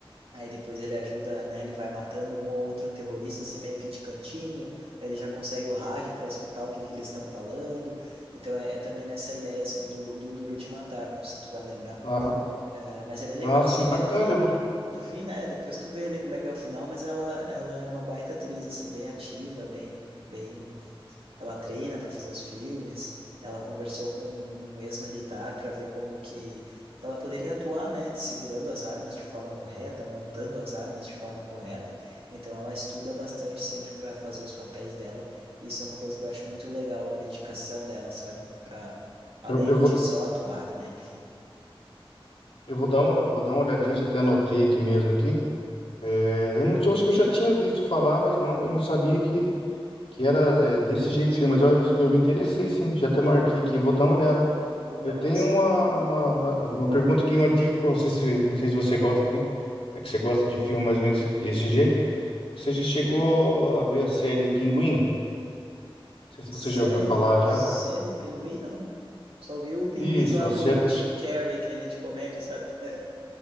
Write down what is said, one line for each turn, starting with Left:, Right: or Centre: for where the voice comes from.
Right: aí depois ele ajuda, né? Ele vai matando um ou outro terrorista, assim, meio que de cantinho, aí ele já consegue o rádio para escutar o que que eles estão falando. Então é, é também nessa ideia, assim, do, do Duro de Matar, não sei se tu vai lembrar.
Left: Ah,
Right: É, mas é bem legal,
Left: ah,
Right: assim,
Left: sim, bacana.
Right: daí no fim,
Left: Eu vou,
Right: no fim, né, depois tu vê ali como é que é o final, mas ela, ela é uma baita atriz, assim, bem ativa, bem, bem, ela treina para fazer os filmes, ela conversou com um um ex-militar para ver como que, que ela poderia atuar, né, segurando as armas de forma correta, montando as armas de forma correta, então ela estuda bastante sempre para fazer os papéis dela, isso é uma coisa que eu acho muito legal, a dedicação dela, sabe, para além
Left: eu, eu vou,
Right: de só atuar, né, enfim.
Left: eu vou dar uma, eu vou dar uma olhadinha, já até anotei aqui mesmo aqui. É, eu não, tinha- eu acho que eu já tinha visto falar, mas não, eu não sabia que, que era, é, desse jeito o filme. Mas eu, eu me interessei, sim. Já até marquei aqui, vou dar uma olhada.
Right: Pô,
Left: Eu
Right: é
Left: tenho
Right: massa,
Left: uma, uma, uma, uma pergunta aqui, uma dica para você, se, não sei se você gosta também, é que você gosta de filme mais ou menos desse jeito. Você já chegou a ver a série Pinguim? Não sei se
Right: Série,
Left: você já ouviu falar já.
Right: série Pinguim, não. Só vi o Pinguins
Left: Isso,
Right: lá
Left: a
Right: do
Left: série...
Right: Jim Carrey, aquele de comédia, sabe? <laughs>